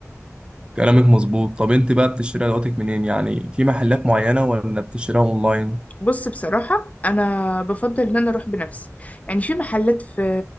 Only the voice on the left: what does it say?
بص بصراحه انا بفضل ان انا اروح بنفسي يعني في محلات في